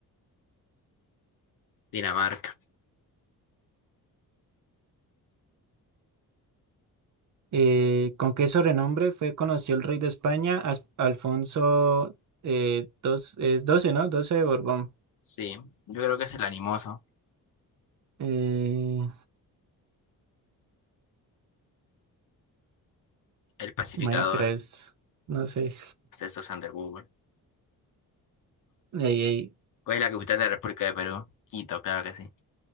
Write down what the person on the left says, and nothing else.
Dinamarca.
Sí, yo creo que es el animoso,
el pacificador.
Sexto Sander Google.
¿Cuál es la capital de la República de Perú? Quito, claro que sí.